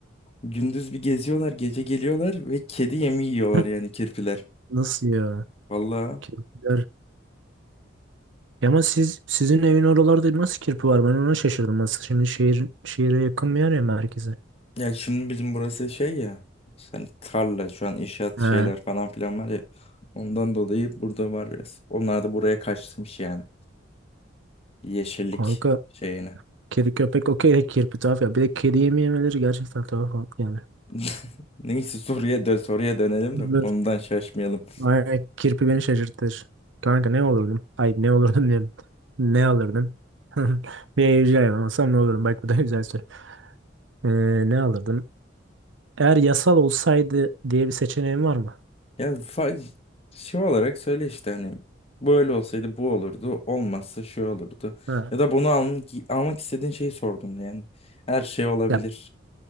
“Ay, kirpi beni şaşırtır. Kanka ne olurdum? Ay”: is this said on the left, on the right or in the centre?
Right